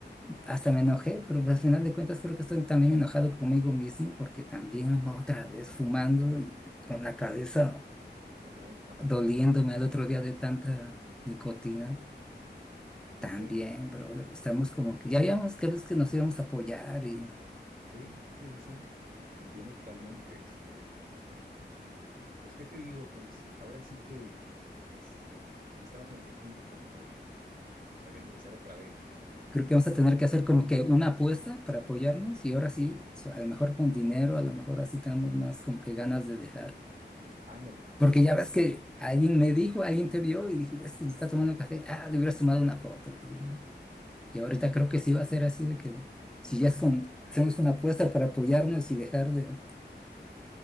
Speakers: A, in the centre; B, on the right.
A: Hasta me enojé, pero al final de cuentas creo que estoy también enojado conmigo mismo porque también
B: ajá,
A: otra vez fumando y con la cabeza
B: ¿o crees? Ajá,
A: doliéndome
B: sí, sí,
A: el otro día de tanta nicotina. También,
B: ok, sí,
A: brother, estamos como que ya habíamos creído que nos íbamos a apoyar y
B: sí, sí, sí, entiendo totalmente, este. Pues, ¿qué te digo? Pues ahora sí que este, si estamos en este punto como de, o sea, de empezar otra vez, ¿no? O sea,
A: creo
B: de,
A: que vamos
B: de
A: a tener
B: la caída.
A: que hacer como que una apuesta para apoyarnos y ahora sí, so- a lo mejor con dinero, a lo mejor así tenemos más como que ganas de dejar.
B: Ándale,
A: Porque
B: sí,
A: ya
B: sí, sí,
A: ves que alguien me dijo, alguien te vio y dije, este está tomando café, ah, le hubieras tomado una foto, le digo, ¿no? Y ahorita creo que sí va a ser así de que si ya es con, hacemos una apuesta para apoyarnos y dejar de